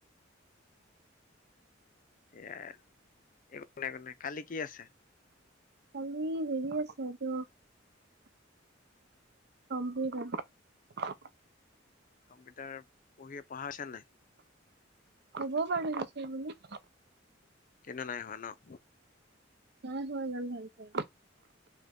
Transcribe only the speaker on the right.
কালি হেৰি আছে এইটো কম্পিউটাৰ।
হ'ব বাৰু সেইখিনি।
নাই হোৱা ইমান ভালকে।